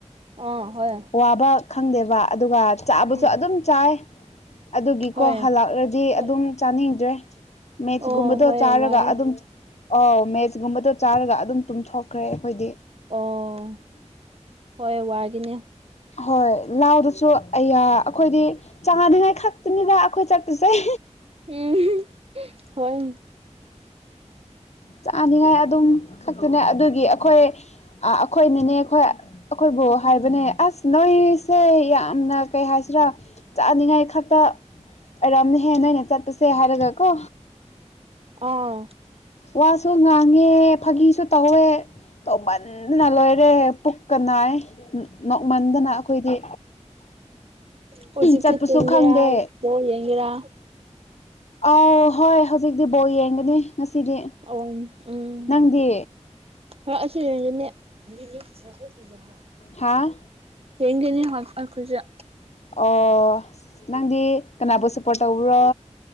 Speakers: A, on the right; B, on the left.
A: ꯑꯥ ꯍꯣꯏ
B: ꯋꯥꯕ ꯈꯪꯗꯦꯕ ꯑꯗꯨꯒ ꯆꯥꯕꯁꯨ
A: ꯎꯝ
B: ꯑꯗꯨꯝ ꯆꯥꯏ ꯑꯗꯨꯒꯤꯀꯣ
A: ꯍꯣꯏ
B: ꯍꯜꯂꯛꯂꯗꯤ
A: ꯍꯣꯏ
B: ꯑꯗꯨꯝ ꯆꯥꯅꯤꯡꯗ꯭ꯔꯦ ꯃꯦꯠꯁꯒꯨꯝꯕꯗꯣ
A: ꯑꯣ ꯍꯣꯏ
B: ꯆꯥꯔꯒ
A: ꯋꯥꯏꯌꯦ
B: ꯑꯗꯨꯝ ꯑ ꯃꯦꯠꯁ ꯨꯝꯕꯗꯣ ꯆꯥꯔꯒ ꯑꯗꯨꯝ ꯇꯨꯝꯊꯣꯛꯈ꯭ꯔꯦ ꯑꯩꯈꯣꯏꯗꯤ
A: ꯑꯣ ꯍꯣꯏ ꯋꯥꯒꯤꯅꯦ
B: ꯍꯣꯏ ꯂꯥꯎꯗꯁꯨ ꯑꯌꯥ ꯑꯩꯈꯣꯏꯗꯤ ꯆꯥꯉꯅꯤꯉꯥꯏ ꯈꯛꯇꯅꯤꯗ ꯑꯩꯈꯣꯏ ꯆꯠꯄꯨꯁꯦ
A: ꯎꯝ ꯍꯣꯏ
B: ꯆꯥꯅꯤꯡꯉꯥꯏ ꯑꯗꯨꯝ ꯈꯛꯇꯅꯦ ꯑꯗꯨꯒꯤ ꯑꯩꯈꯣꯏ ꯑ ꯑꯩꯈꯣꯏꯅꯅꯦ ꯑꯩꯈꯣꯏ ꯑꯩꯈꯣꯏꯕꯨ ꯍꯥꯏꯕꯅꯦ ꯑꯁ ꯅꯣꯏꯁꯦ ꯌꯥꯝꯅ ꯀꯩ ꯍꯥꯏꯁꯤꯔꯥ ꯆꯥꯅꯤꯡꯉꯥꯏ ꯈꯛꯇ ꯑꯔꯝꯅ ꯍꯦꯟꯅ ꯑꯣꯏꯅ ꯆꯠ ꯇꯁꯦ ꯍꯥꯏꯔꯒ ꯀꯣ
A: ꯑꯥ
B: ꯋꯥ ꯁꯨ ꯉ ꯐꯪꯉꯦ ꯐꯥꯒꯤꯁꯨ ꯇꯧꯋꯦ ꯇꯃꯟꯗꯅ ꯂꯣꯏꯔꯦ ꯄꯨꯛꯀ ꯅꯥꯏ ꯅꯣꯛꯃꯟꯗꯅ ꯑꯩꯈꯣꯏꯗꯤ
A: ꯍꯧꯖꯤꯁꯤꯦ
B: ꯆꯠꯄꯁꯨ
A: ꯇꯨꯝꯒꯦꯔꯥꯣ
B: ꯈꯪꯗꯦ
A: ꯌꯦꯡꯒꯦꯔꯥ
B: ꯑꯧ ꯍꯣꯏ ꯍꯧꯖꯤꯛꯇꯤ ꯕꯣꯜ ꯌꯦꯡꯒꯅꯤ ꯉꯁꯤꯗꯤ
A: ꯑꯣ ꯎꯝ
B: ꯅꯪꯗꯤ
A: <unintelligible>
B: ꯍꯥꯥ
A: ꯌꯦꯡꯒꯅꯤ ꯍꯣꯏ ꯑꯩꯈꯣꯏꯁꯨ
B: ꯑꯣ ꯅꯪꯗꯤ ꯀꯅꯥꯕꯨ ꯁꯞꯄꯣꯔꯠ ꯇꯧꯕ꯭ꯔꯣ